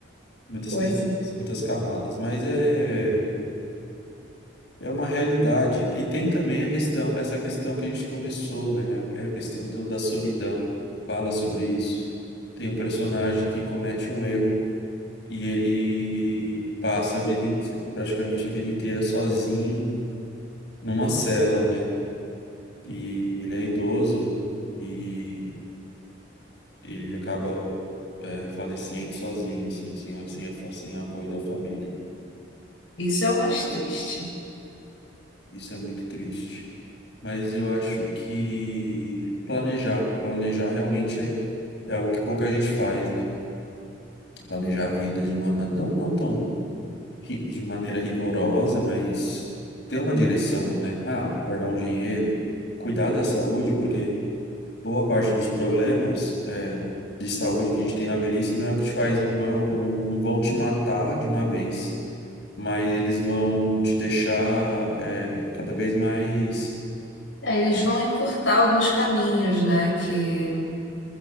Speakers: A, on the left (about 65°); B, on the left (about 85°).
A: muitas
B: Pois
A: questões,
B: é.
A: muitas camadas, mas é é uma realidade, né? E tem também a questão, essa questão que a gente começou, né? É a questão do- da solidão. Fala sobre isso. Tem um personagem que comete um erro e ele passa a vida inte- praticamente a vida inteira sozinho numa cela, né? E ele é idoso e ele acaba é, falecendo sozinho, assim, sem, sem, sem apoio da família.
B: Isso é o mais triste.
A: Isso é muito triste. Mas eu acho que planejar, planejar realmente é, é algo que pouca gente faz, né? Planejar a vida de uma man- não, não tão ri- de maneira rigorosa, mas ter uma direção, né? Ah, guardar um dinheiro, cuidar da saúde, porque boa parte dos problemas é, de saúde que a gente tem na velhice não é o que te faz, não, é, o- não, não vão te matar de uma vez, mas eles vão te deixar é, cada vez mais
B: É, eles vão encurtar alguns caminhos, né? Que